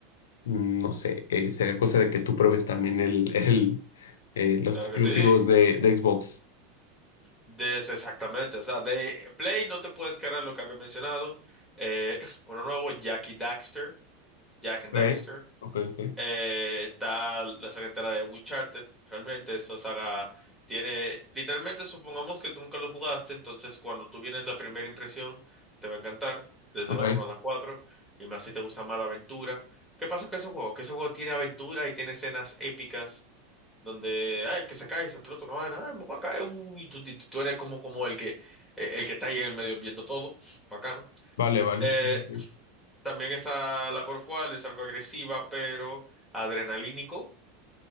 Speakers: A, on the left; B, in the centre.
A: mm, no sé, eh, sería cosa de que tú pruebes también el, <laughs> el, eh, los
B: Claro
A: exclusivos
B: que sí.
A: de, de Xbox.
B: De ese exactamente. O sea, de Play no te puedes cargar lo que había mencionado. Eh, <laughs> uno nuevo, Jackie Daxter, Jack and
A: Okay,
B: Daxter.
A: okay, okay,
B: Eh, está la saga entera de Uncharted. Realmente esa saga tiene, literalmente supongamos que tú nunca lo jugaste, entonces cuando tú vienes la primera impresión te va a encantar, desde
A: okay.
B: la uno a la cuatro y más si te gusta más la aventura. ¿Qué pasa con ese juego? Que ese juego tiene aventura y tiene escenas épicas donde, ay, que se cae y se explota una vaina, ay, me voy a caer, uy, y tú, tú- tú eres como, como el que, eh, el que está ahí en el medio viendo todo, bacano.
A: Vale, vale,
B: Eh,
A: sí, sí, sí.
B: también esa, la God of War es algo agresiva, pero adrenalínico.